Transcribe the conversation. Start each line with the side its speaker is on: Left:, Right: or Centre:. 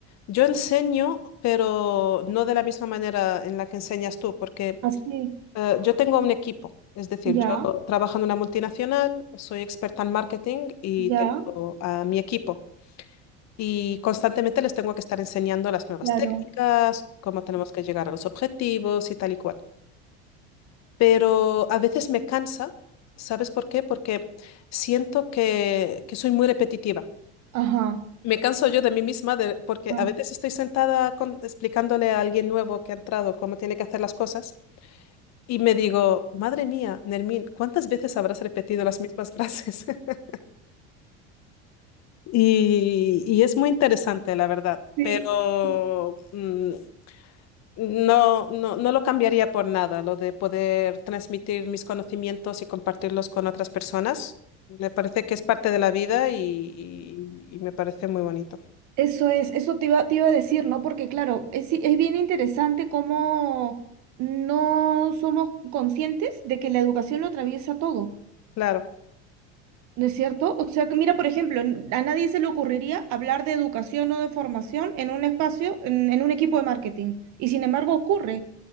Left: yo enseño, pero no de la misma manera en la que enseñas tú, porque
Right: Así,
Left: Eh, yo tengo un equipo, es decir,
Right: ya,
Left: yo trabajo en una multinacional, soy experta en marketing y
Right: ya,
Left: tengo a mi equipo. Y constantemente les tengo que estar enseñando las nuevas
Right: claro.
Left: técnicas, cómo tenemos que llegar a los objetivos y tal y cual. Pero a veces me cansa, ¿sabes por qué? Porque siento que, que soy muy repetitiva.
Right: Ajá.
Left: Me canso yo de mí misma de- porque
Right: ajá.
Left: a veces estoy sentada con- explicándole a alguien nuevo que ha entrado cómo tiene que hacer las cosas. Y me digo, madre mía, Nermín, ¿cuántas veces habrás repetido las mismas frases? <laughs> Y, y es muy interesante, la verdad,
Right: Sí.
Left: pero
Right: sí,
Left: mm, no, no, no lo cambiaría por nada, lo de poder transmitir mis conocimientos y compartirlos con otras personas. Me parece que es parte de la vida y, y- y me parece muy bonito.
Right: Eso es, eso te iba, te iba a decir, ¿no? Porque claro, es, sí, es bien interesante cómo no somos conscientes de que la educación lo atraviesa todo,
Left: Claro.
Right: ¿no es cierto? O sea, que mira, por ejemplo, n- a nadie se le ocurriría hablar de educación o de formación en un espacio, en, en un equipo de marketing, y sin embargo ocurre.